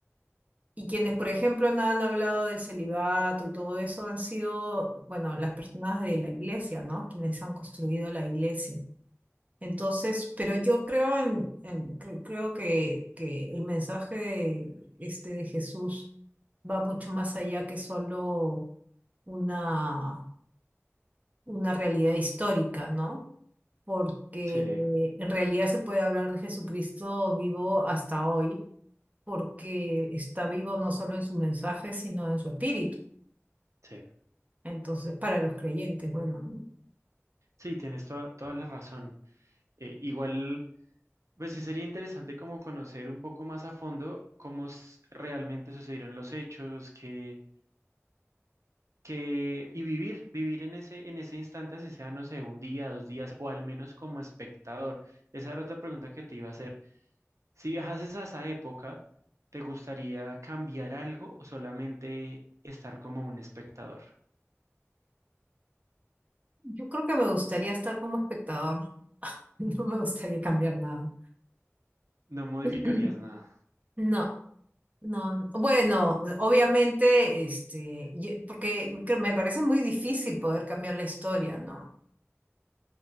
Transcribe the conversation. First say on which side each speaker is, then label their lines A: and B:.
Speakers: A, on the right; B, on the right.
A: Y quienes, por ejemplo, no han hablado del celibato y todo eso han sido, bueno, las personas de la iglesia, ¿no? Quienes han construido la iglesia. Entonces, pero yo creo en, en- cre- creo que, que el mensaje de- este de Jesús va mucho más allá que solo una, una realidad histórica, ¿no? Porque
B: Sí,
A: en realidad se puede hablar de Jesucristo vivo hasta hoy, porque está vivo no solo en su mensaje, sino en su espíritu.
B: sí.
A: Entonces, para los creyentes, bueno, ¿no?
B: Sí, tienes toda, toda la razón. Eh, igual, pues sí sería interesante como conocer un poco más a fondo cómo s- realmente sucedieron los hechos, qué, que, y vivir, vivir en ese, en ese instante, así sea, no sé, un día, dos días, o al menos como espectador. Esa era otra pregunta que te iba a hacer. Si viajases a esa época, ¿te gustaría cambiar algo o solamente estar como un espectador?
A: yo creo que me gustaría estar como espectador, <laughs> no me gustaría cambiar nada.
B: No modificarías
A: <clears throat>
B: nada.
A: No, no, bueno, obviamente, este, yo- porque creo- me parece muy difícil poder cambiar la historia, ¿no?